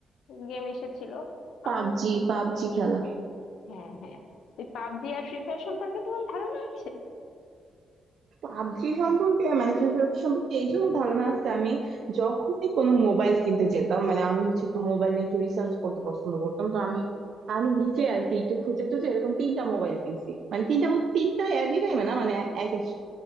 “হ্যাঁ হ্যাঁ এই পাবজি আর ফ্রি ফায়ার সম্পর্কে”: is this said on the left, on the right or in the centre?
Left